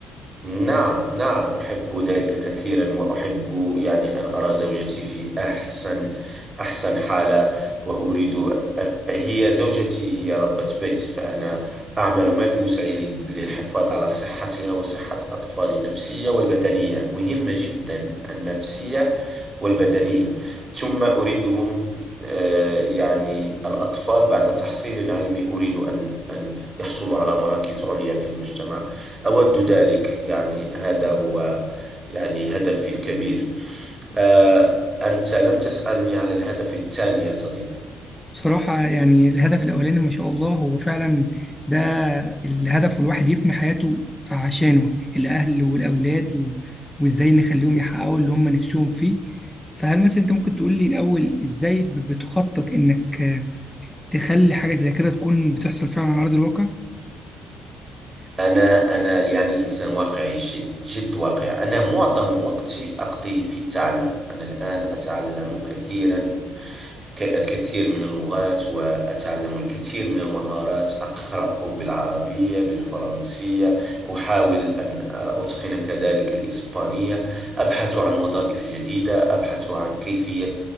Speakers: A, on the right; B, in the centre.
A: نعم نعم أحب ذلك كثيرا وأحب يعني أن أرى زوجتي في أحسن أحسن حالة وأريد هي زوجتي هي ربة بيت فأنا أعمل ما في وسعي لل- للحفاظ على صحتها وصحة أطفالي النفسية والبدنية مهمة جدا النفسية والبدنية ثم أريدهم آه، يعني الأطفال بعد تحصيل علمي أريد أن أن يحصلوا على مراكز عليا في المجتمع أود ذلك يعني هذا هو يعني هدفي الكبير آه، أنت لم تسألني على الهدف الثاني يا صديقي
B: بصراحة يعني الهدف الأولاني ما شاء الله هو فعلا ده الهدف والواحد يفني حياته عشانه الأهل والأولاد و... وإزاي نخليهم يحققوا اللي هم نفسهم فيه فهل مثلا أنت ممكن تقول لي الأول إزاي ب- بتخطط إنك آه، تخلي حاجة زي كده تكون بتحصل فعلا على أرض الواقع؟
A: أنا أنا يعني إنسان واقعي جد جد واقعي أنا معظم وقتي أقضيه في التعلم أنا الآن أتعلم كثيرا ك- الكثير من اللغات وأتعلم الكثير من المهارات أقرأ بالعربية بالفرنسية أحاول أن آه، أتقن كذلك الإسبانية أبحث عن وظائف جديدة أبحث عن كيفية